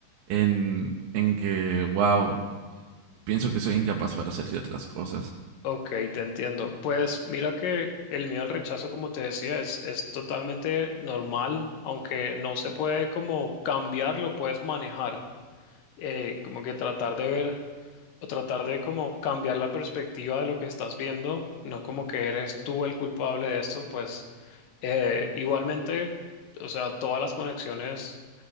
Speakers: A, on the right (about 75°); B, on the left (about 70°).
A: en, en que, wow, pienso que soy incapaz para hacer ciertas cosas.
B: Ok, te entiendo. Pues mira que el miedo al rechazo, como te decía, es, es totalmente normal, aunque no se puede como cambiar, lo puedes manejar. Eh, como que tratar de ver o tratar de como cambiar la perspectiva de lo que estás viendo, no como que eres tú el culpable de esto, pues eh, igualmente, o sea, todas las conexiones.